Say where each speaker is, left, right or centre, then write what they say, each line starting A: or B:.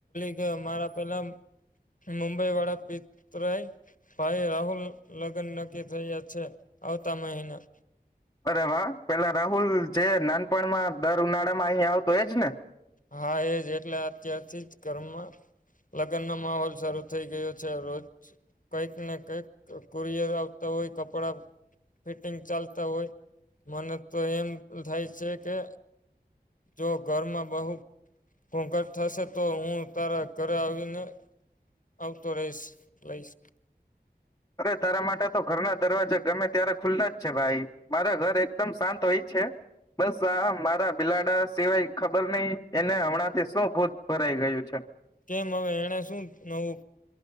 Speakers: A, on the left; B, on the left.
A: <inaudible> મારા પેલા મુંબઈ વાળા પિતરાય ભાઈ રાહુલ લગ્ન નક્કી થયા છે આવતા મહિના
B: અરે વા પેલા રાહુલ જે નાનપણમાં દર ઉનાળા માં અહીં આવતો એજ ને
A: હા એજ એટલે અત્યારથી જ ઘરમાં લગ્ન ન માહોલ શાર થઈ ગયો છે રોજ કઈક ને કઈક કુરિયર આવતા હોય કપડા ફિટિંગ ચાલતા હોય મને તો એમ થાય છે કે જો ઘરમાં બહુ ઘોઘટ થશે તો હું તારા ઘરે આવીને આવતો રહીશ લઈશ
B: અરે તારા માટે તો ઘરના દરવાજા ગમે ત્યારે ખુલ્લા જ છે ભાઈ મારા ઘર એકદમ શાંત હોય છે બસ આ મારા બિલાડા સિવાય ખબર નહીિ એને હમણાં થી શું ભૂત ભરાઈ ગયું છે
A: કેમ હવે એણે શું નવું